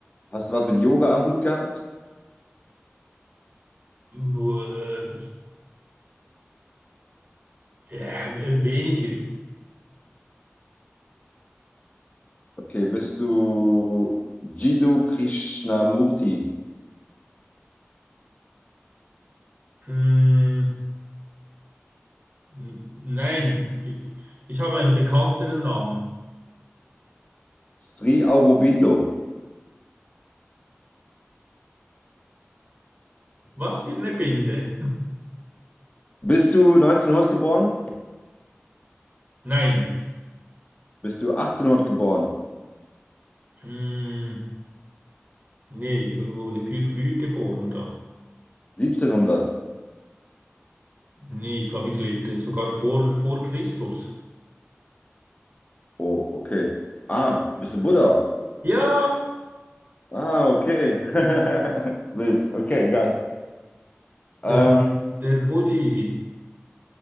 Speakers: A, on the left; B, on the right.
A: Hast du was mit Yoga am Hut gehabt?
B: Buh, äh, ja, äh, weniger.
A: Okay, bist du Jiddu Krishnamurti,
B: Hm. N- Nein, ich, ich habe einen bekannteren Namen.
A: Sri Aurobindo.
B: Was für eine Binde?
A: Bist du 1900 geboren?
B: <laughs> Nein.
A: Bist du 1800 geboren?
B: Hm, nee, ich wurde viel früher geboren da.
A: 1700?
B: Nee, ich glaube, ich lebte sogar vor, vor Christus.
A: Oh, okay. Ah, bist du Buddha?
B: Ja,
A: Ah, okay. <laughs> Wild. Okay, geil. Ähm,
B: der, der Buddy.